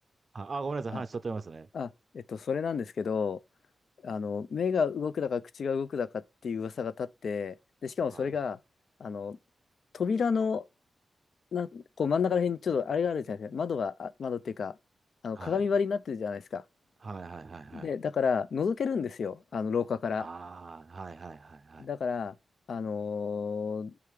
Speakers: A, on the right (about 35°); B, on the left (about 85°).
A: あ、あごめんなさい、
B: あ、
A: 話しとってますね。
B: あ、えっと、それなんですけど、あの、目が動くだか口が動くだかっていう噂が立って、で、しかもそれが、
A: はい。
B: あの、扉の、な、こう真ん中ら辺にちょっとあれがあるじゃないですか。窓が、あ、窓っていうか、あの、
A: はい。
B: 鏡張りになってるじゃないですか。
A: はいはいはいはい。
B: で、だから、覗けるんですよ。あの、廊下から。
A: ああ、はいはいはいはい。
B: だから、あのー